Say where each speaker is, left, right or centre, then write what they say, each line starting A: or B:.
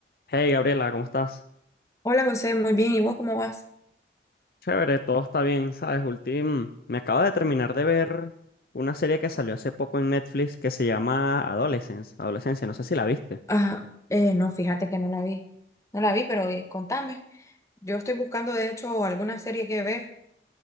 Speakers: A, on the left; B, on the left.
A: Hey Gabriela, ¿cómo estás?
B: Hola José, muy bien. ¿Y vos cómo vas?
A: Chévere, todo está bien, ¿sabes? Ultim, me acabo de terminar de ver una serie que salió hace poco en Netflix que se llama Adolescence, Adolescencia, no sé si la viste.
B: Ah, eh, no, fíjate que no la vi. No la vi, pero eh, contame. Yo estoy buscando, de hecho, alguna serie que ver.